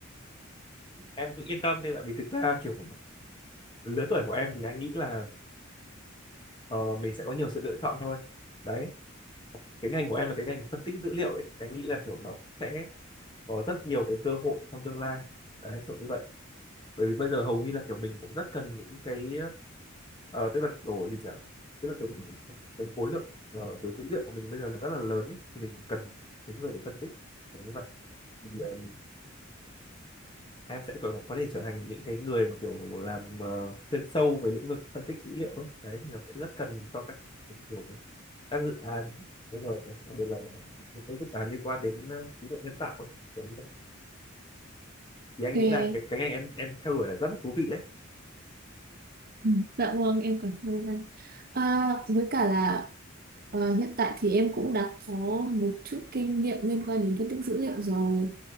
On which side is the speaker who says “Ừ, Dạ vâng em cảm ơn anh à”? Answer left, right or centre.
Right